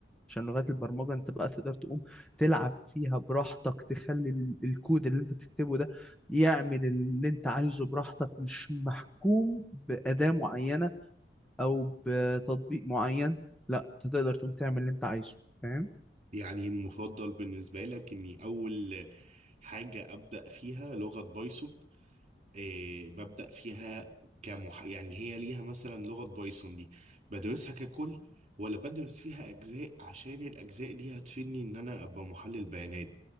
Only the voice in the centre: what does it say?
عشان لغات البرمجه انت بقى تقدر تقوم تلعب فيها براحتك تخلي ال- الكود اللي انت تكتبه ده يعمل اللي انت عايزه براحتك مش محكوم بأداة معينة او بتطبيق معين لا انت تقدر تقوم تعمل اللي انت عايزه فاهم